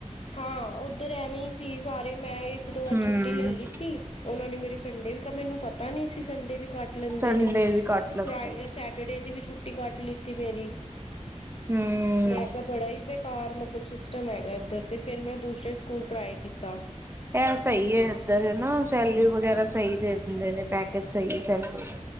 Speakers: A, on the left; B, on the right.
A: ਹਾਂ, ਉੱਧਰ ਐਵੇਂ ਹੀ ਸੀ ਸਾਰੇ, ਮੈਂ ਇੱਕ-ਦੋ ਵਾਰ
B: ਹੂੰ
A: ਛੁੱਟੀ ਲੈ ਲਿੱਤੀ ਉਹਨਾਂ ਨੇ ਮੇਰੇ ਸੰਡੇ ਵੀ, ਮੈਨੂੰ ਪਤਾ ਨੀ ਸੀ ਸੰਡੇ ਵੀ ਕੱਟ ਲੈਂਦੇ
B: ਸੰਡੇ
A: ਨੇ,
B: ਵੀ ਕੱਟ ਲੈਂਦੇ
A: ਫਰਾਈ-ਸੈਟਰਡੇ ਦੀ ਵੀ ਛੁੱਟੀ ਕੱਟ ਲਿੱਤੀ ਮੇਰੀ।
B: ਹੂੰ।
A: ਮੈਂ ਕਿਹਾ ਬੜਾ ਹੀ ਬੇਕਾਰ, ਮਤਲਬ ਸਿਸਟਮ ਹੈਗਾ ਇੱਧਰ ਤੇ ਫੇਰ ਮੈਂ ਦੂਸਰੇ ਸਕੂਲ ਟਰਾਈ ਕੀਤਾ।
B: ਇਹ ਸਹੀ ਹੈ, ਇੱਧਰ ਹੈਨਾ, ਸੈਲਰੀ ਵਗੈਰਾ ਸਹੀ ਦੇ ਦਿੰਦੇ ਨੇ, ਪੈਕੇਜ ਸਹੀ ਹੈ ਸੈਲਰੀ।